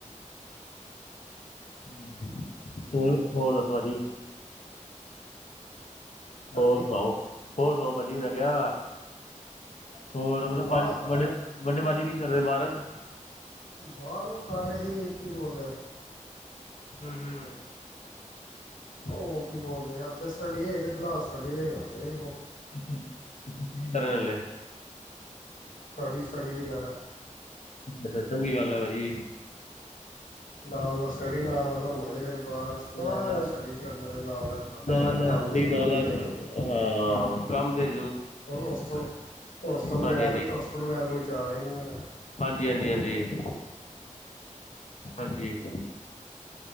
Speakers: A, on the left; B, on the left.
A: ਹੂੰ ਹੋਰ ਹੋਰ ਦੱਸੋ ਭਾਜੀ
B: ਹਾਂਜੀ
A: ਹੋਰ ਸੁਣਾਓ ਹੋਰ ਸੁਣਾਓ ਬਾਜੀ ਮੈਂ ਕਿਹਾ ਹੋਰ ਮਤਲਬ
B: ਬਾਹਰ
A: ਭਾਜੀ ਵੱਡੇ ਵੱਡੇ ਭਾਜੀ ਕੀ ਕਰਦੇ ਬਾਹਰ <inaudible>
B: ਬਾਹਰੋਂ ਕਰ ਰਹੇ ਕੀ ਬੋਲ <unintelligible>
A: ਹਮ ਹਮ
B: ਉਹ ਕੀ ਬੋਲਦੇ ਆਥੇ ਸਟੱਡੀ ਇਹ ਤੇ ਫਿਲਹਾਲ ਸਟੱਡੀ ਤੇ ਕਰਦੇ
A: ਅੱਛਾ ਅੱਛਾ <unintelligible>
B: ਸਟੱਡੀ ਸਟੱਡੀ ਵਗੈਰਾ
A: ਅੱਛਾ ਚੰਗੀ
B: ਹਮ
A: ਗੱਲ ਹੈ ਭਾਜੀ
B: ਨਾਲ ਦਾ ਸਟੱਡੀ ਨਾਲ ਦਾ ਤੁਹਾਨੂੰ ਮਤਾ ਫਿਰ ਬਾਹਰ ਨਾਲ
A: ਹਾਂ
B: ਨਾਲ ਸਟੱਡੀ ਕਰਨਾ ਅਤੇ ਨਾਲ ਨਾਲ
A: ਨ ਨਦੀ
B: ਕੰਮ ਵੀ ਜ਼ਰੂਰੀ
A: ਨ ਲੱੱਖ
B: ਹੈਗਾ
A: ਹਾਂ ਕੰਮ ਦੇ
B: ਉਸ ਤੋਂ ਉਸ ਤੋਂ ਬਗੈਰ
A: ਹਾਂਜੀ
B: ਉਸ ਤੋਂ ਬਗੈਰ ਕੋਈ ਚੱਲ ਰਿਹਾ ਨਹੀਂ ਹੈ
A: ਜੀ ਹਾਂਜੀ ਹਾਂਜੀ ਹਾਂਜੀ